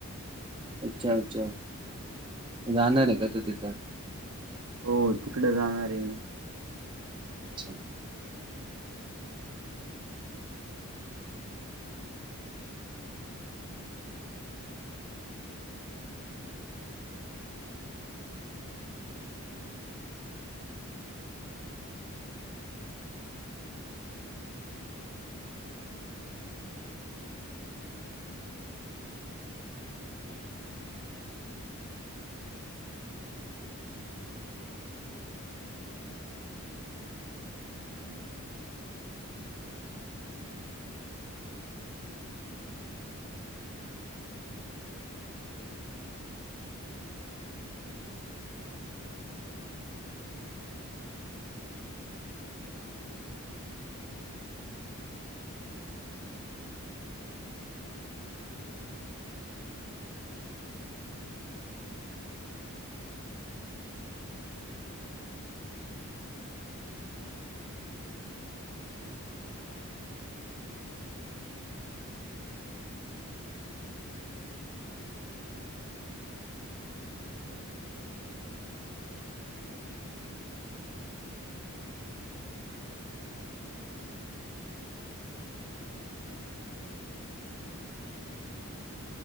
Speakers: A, on the right; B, on the right.
A: अच्छा अच्छा जाणार ये का तू तिथं?
B: हो तिकड जाणार ये मी.
A: अच्छा.
B: <unintelligible>
A: <inaudible>